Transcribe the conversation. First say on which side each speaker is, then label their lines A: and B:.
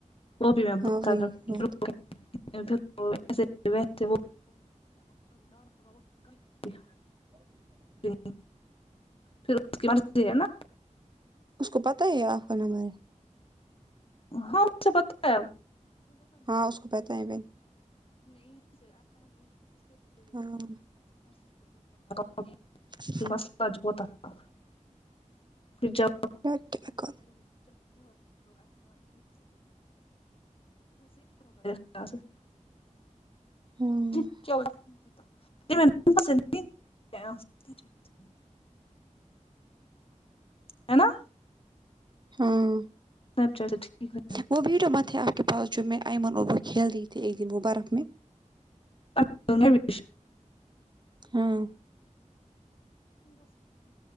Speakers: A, on the left (about 45°); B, on the right (about 35°).
A: وہ بھی میں
B: ہاں
A: پتہ
B: وہی
A: کرتی
B: بات
A: ہوں
B: ہے
A: ا <unintelligible> ویسے وہ <unintelligible>
B: <inaudible>
A: بالکل پھر اس کی مرضی ہے نا
B: اس کو پتہ ہی ہے آپ کا نمبر
A: <unintelligible> ہاں اس سے پتہ ہے
B: ہاں اس کو پتہ ہے بہن ہاں
A: <unintelligible>
B: <unintelligible>
A: مسلہ بہت اچھا پھر جب
B: یار کیا کروں
A: <unintelligible> <unintelligible>
B: ہاں
A: <unintelligible> ہے نا
B: ہاں
A: سناپ چٹ ٹھیک ہے
B: وہ ویڈیو مت تھے آپ کے پاس جو میں ایئمن اور وہ کھیل رہی تھی ایک دن وہ برف میں
A: <unintelligible>
B: ہاں